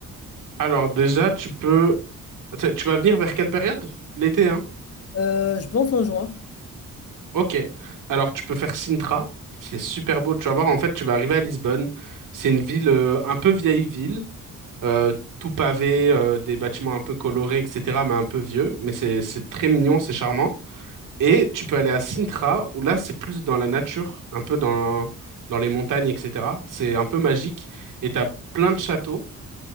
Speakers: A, on the right; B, on the left.
A: Alors, déjà, tu peux, tu tu vas venir vers quelle période? L'été, hein?
B: Euh, je pense en juin.
A: Ok. Alors, tu peux faire Sintra. C'est super beau. Tu vas voir, en fait, tu vas arriver à Lisbonne. C'est une ville, euh, un peu vieille ville. euh, tout pavé, euh, des bâtiments un peu colorés, etc., mais un peu vieux. Mais c'est c'est très mignon, c'est charmant. Et tu peux aller à Sintra, où là, c'est plus dans la nature, un peu dans, dans les montagnes, etc. C'est un peu magique. Et t'as plein de châteaux